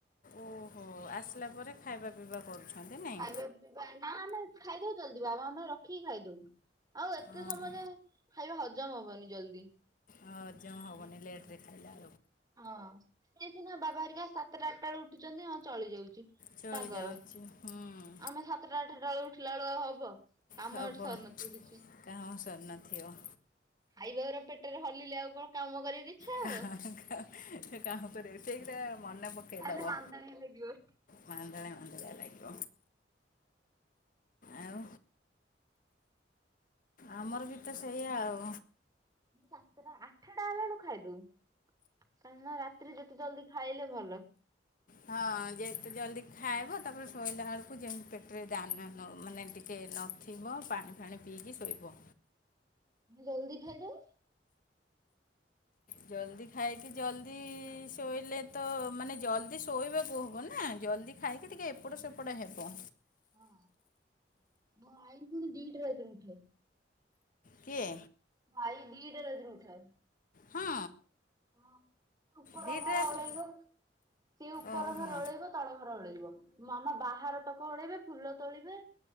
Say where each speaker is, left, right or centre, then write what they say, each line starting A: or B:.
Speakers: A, on the left (about 50°); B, on the right (about 20°).
A: ଓହୋ ଆସିଲା ପରେ ଖାଇବା ପିଇବା। କରୁଛନ୍ତି ନାଇଁ
B: ଖାଇବା ପିଇ ଆମେ ଖାଇଦୋଉ ଜଲ୍ଦୀ ବା ଆମେ କି ଖାଇଦବୁ ଆଉ ଏତେ
A: ଓହୋ
B: ସମୟରେ ଖାଇବା ହଜମ ହବନି। ଜଲ୍ଦି।
A: ହଜମ ହେବନି ଲେଟ୍ ରେ ଖାଇଲେ
B: ହଁ ସେ ସିନା ବାବା ହେରିକା ସାତଟା ଆଠଟା ବେଳ ଉଠୁଛନ୍ତି ହଁ ଚଳି ଯାଉଚି।
A: ଚଳି
B: ତାଙ୍କର
A: ଯାଉଛି ହୁଁ
B: ଆମେ ସାତଟା ଆଠଟା ବେଳୁ ଉଠିଲା ବେଳୁଆ ହବ। କାମ
A: ହବ
B: ଏଠି ସରୁନଥିବ କିଛି।
A: କାଇଁ ଅସର ନଥିବ।
B: ଖାଇବା ଗୁରା ପେଟରେ <unintelligible> କଣ କାମ କରିବାକୁ ଇଚ୍ଛା
A: କା
B: ହବ।
A: <unintelligible> ମନେ ପକେ
B: ଖାଇଲେ
A: ଦେବ
B: ମାନ୍ଦା ହିଁ ଲାଗିବ। ଆମେ
A: ବଧ <unintelligible> ଲାଗିବ ଆଉ ଆମର ବି ତ ସେଇଆ ଆଉ।
B: ସାତଟା ଆଠଟା ହେଲାଳୁକୁ ଖାଇଦଉ। କାରଣ ରାତିରେ ଯେତେ ଜଲଦି ଖାଇଲେ ଭଲ।
A: ହଁ ଯେତେ ଜଲଦି ଖାଇବ ତାପରେ ଶୋଇଲା ବେଳକୁ ଯେମିତି ପେଟରେ ଦାନା ନ ମାନେ ଟିକେ ନଥିବ ପାଣି ଫାଣି ପିଇକି ଶୋଇବ।
B: ଜଲଦି ଖାଇଦଉ।
A: ଜଲଦି ଖାଇକି ଜଲଦି ଶୋଇଲେ ତ ମାନେ ଜଲଦି ଶୋଇବାକୁ ହବ ନା। ଜଲଦି ଖାଇକି ଟିକିଏ ଏପଟ ସେପଟ ହେବ।
B: ହଁ ମୋ ଆଇ ପୁଣି ଦିଟା ରାତିରେ ଉଠେ।
A: କିଏ?
B: ଭାଇ ଦିଟା ରାତିରୁ ଉଠେ।
A: ହଁ।
B: ହଁ ଉପର
A: ଦୁଇଟା
B: ଘର
A: ରାତିରେ
B: ଓଳେଇବ ସିଏ ଉପର
A: ଓହୋ
B: ଘର ଓଳେଇବ ତଳ ଘର ଓଳେଇବ। ମାମା ବାହାର ତକ ଓଳେଇବେ ଫୁଲ ତୋଳିବେ